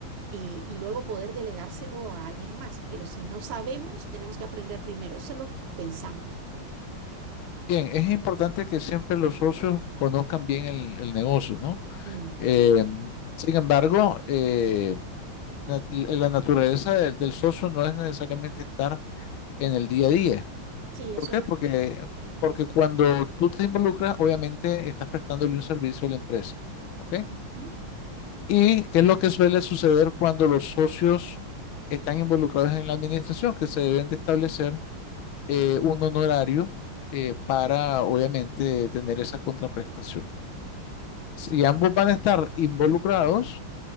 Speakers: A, on the right (about 85°); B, on the left (about 75°).
A: eh, y luego poder delegárselo a alguien más. Pero si no sabemos, tenemos que aprender primero. Eso es lo que pensamos.
B: Bien, es importante que siempre los socios conozcan bien el, el negocio, ¿no?
A: Mm,
B: Eh, sin embargo, eh, na- la naturaleza del, del socio no es necesariamente estar en el día a día.
A: Sí,
B: ¿Por
A: eso
B: qué? Porque,
A: es.
B: porque cuando tú te involucras, obviamente estás prestándole un servicio a la empresa, ¿ok?
A: mm,
B: ¿Y qué es lo que suele suceder cuando los socios están involucrados en la administración? Que se deben de establecer eh, un honorario eh, para, obviamente, tener esa contraprestación. Si ambos
A: sí,
B: van a estar involucrados,